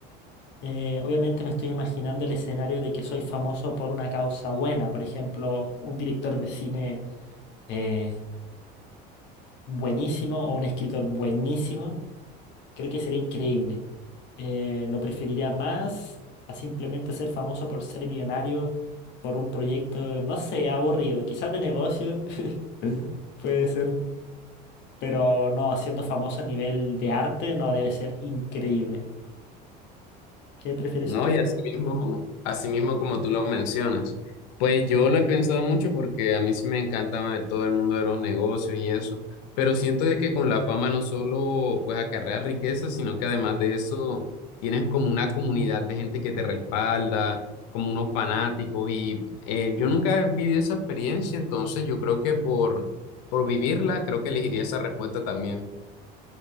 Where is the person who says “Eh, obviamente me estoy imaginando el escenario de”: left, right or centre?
Left